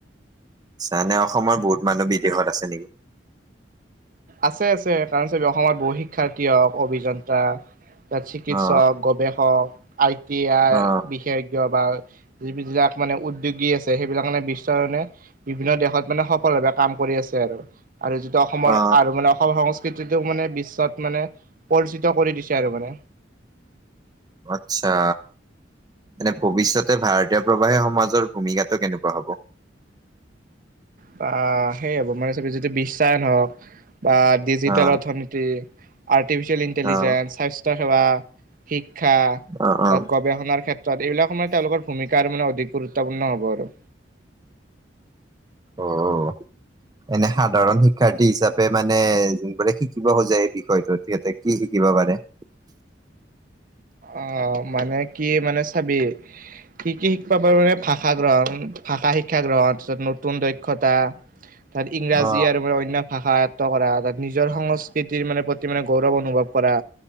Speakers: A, on the right; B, on the right.
A: চানে অসমৰ বহুত মানুহ বিদেশত আছে নেকি?
B: আছে আছে কাৰণ চবে অসমত বহু শিক্ষাৰ্থী হওক অভিযন্ত্ৰা তাত চিকিৎসক,
A: অ
B: গৱেষক, আই টি আই,
A: অ
B: বিশেষজ্ঞ বা যিবিলাক মানে উদ্যোগী আছে সেইবিলাক মানে বিশ্বৰকাৰণে বিভিন্ন দেশত মানে সফলভাৱে কাম কৰি আছে আৰু আৰু যিটো অসমৰ
A: অ
B: আৰু মানে অসম সংস্কৃতিটো মানে বিশ্বত মানে পৰিচিত কৰি দিছে আৰু মানে।
A: আচ্চা। মানে ভৱিষ্যতে ভাৰতীয় প্ৰবাহী সমাজৰ ভূমিকাটো কেনেকুৱা হব?
B: বা সেইয়া হব, মানে চবে যদি বিশ্বায়ন হওক বা ডিজিটেল
A: অ
B: অৰ্থনীতি আৰ্টিফিচিয়েল ইণ্টেলিজেন্স,
A: অ
B: স্বাস্থ্য সেৱা, শিক্ষা,
A: অ অ
B: তাত গৱেষণাৰ ক্ষেত্ৰত এইবিলাক সমানে তেওঁলোকৰ ভূমিকা আৰু মানে অধিক গুৰুত্বপূৰ্ণ হ'ব আৰু।
A: অ অ এনে সাধাৰণ শিক্ষাৰ্থী হিচাপ পে মানে যোনবোৰে শিকিব খোজে এই বিষয়টোত সিহঁতে কি শিকিব পাৰে?
B: অ মানে কি মানে চাবি কি কি শিকিব পাৰো মানে ভাষা গ্ৰহণ, ভাষা শিক্ষা গ্ৰহণ তাৰপিছত নতুন দক্ষতা
A: <inaudible>
B: তাত ইংৰাজী
A: অ
B: আৰু মানে অন্য ভাষা আয়ত্ব কৰা তাত নিজৰ সংস্কৃতিৰ মানে প্ৰতি মানে গৌৰৱ অনুভৱ কৰা